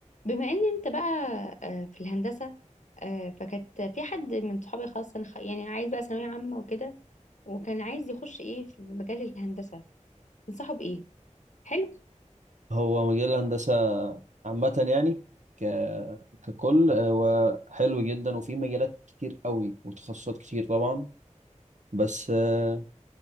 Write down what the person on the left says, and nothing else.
بما ان انت بقى آه، في الهندسة آه، فكانت في حد من صحابي خلاص أنا خ- يعني عايز بقى ثانوية عامة وكده وكان عايز يخش ايه في مجال الهندسة تنصحه بإيه؟ حلو